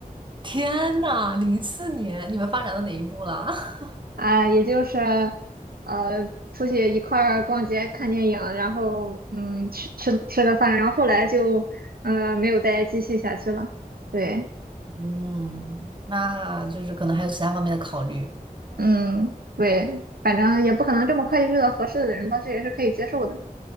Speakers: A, on the right; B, on the right.
A: 天呐，零四年，你们发展到哪一步了？<laughs>
B: 啊，也就是呃，出去一块儿逛街、看电影，然后嗯，吃吃吃个饭，然后后来就嗯、呃没有再继续下去了。对，
A: 嗯，那就是可能还有其他方面的考虑，
B: 嗯，对，反正也不可能这么快就遇到合适的人吧，这也是可以接受的。